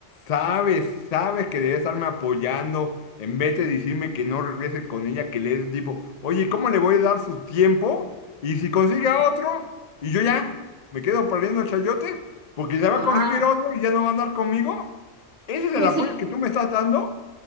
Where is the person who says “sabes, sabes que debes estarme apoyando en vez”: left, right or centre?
Left